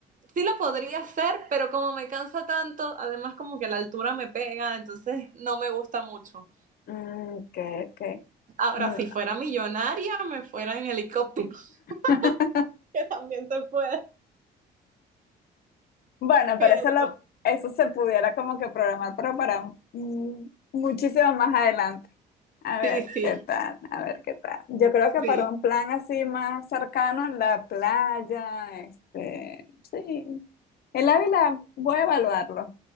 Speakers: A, on the right; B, on the left.
A: sí lo podría hacer, pero como me cansa tanto, además como que la altura me pega, entonces no me gusta mucho.
B: mm, ok, ok.
A: Ahora,
B: Mm.
A: si fuera millonaria, me fuera en helicóptero. <laughs>
B: <laughs>
A: Que también se puede,
B: Bueno,
A: pero...
B: pero eso, lo, eso se pudiera como que programar, pero para mm, muchísimo más adelante. A ver
A: Sí, sí,
B: qué tal, a ver qué tal. Yo creo que
A: sí.
B: para un plan así más cercano en la playa, este, sí, El Ávila, voy a evaluarlo.